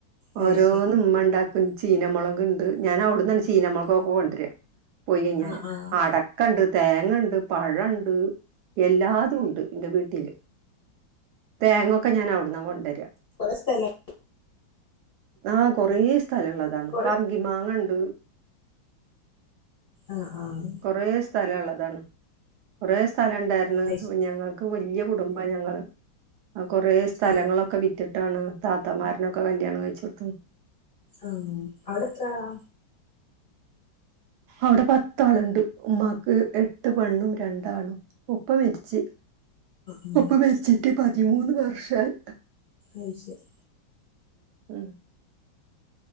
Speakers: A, on the left; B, on the right.
A: അത്
B: ഓരോന്ന്
A: ശരി
B: ഇമ്മ ണ്ടാക്കും. ചീന മൊളക്ണ്ട് ഞാൻ അവിട്ന്നാണ് ചീനമൊളകൊക്കെ കൊണ്ടരാ പോയി കയിഞ്ഞാല്
A: ആഹ് ആഹ്
B: അടക്കണ്ട്, തേങ്ങണ്ട്, പഴണ്ട്. എല്ലാതൂണ്ട് ന്റെ വീട്ടില്. തേങ്ങൊക്കെ ഞാൻ അവ്ടുന്നാ കൊണ്ടര
A: കൊറേ സ്ഥലം
B: ആ കൊറേ സ്ഥലള്ളതാണ്
A: കൊറേ
B: പർങ്കി മാങ്ങണ്ട്.
A: ആഹ് ആഹ്
B: കൊറേ സ്ഥലള്ളതാണ്. കൊറേ സ്ഥലം ഇണ്ടാർന്ന്.
A: അത് ശരി
B: ഞങ്ങക്ക് വല്യ കുടുംബാ ഞങ്ങള് അ കൊറേ സ്ഥലങ്ങളൊക്കെ
A: ആഹ്
B: വിറ്റിട്ടാണ് താത്തമാരനൊക്കെ കല്ല്യാണം കഴിച്ച് കൊടുത്ത്
A: ആഹ് അവ്ടെത്രാളാ.
B: ഔടെ പത്താള്ണ്ട് ഉമ്മാക്ക് എട്ട് പെണ്ണും രണ്ടാണും. ഉപ്പ മര്ച്ച്
A: ആഹ്
B: ഉപ്പ മര്ച്ചിറ്റ് പതിമൂന്ന് വർഷായി.
A: അയ്ശെരി.
B: ഉം.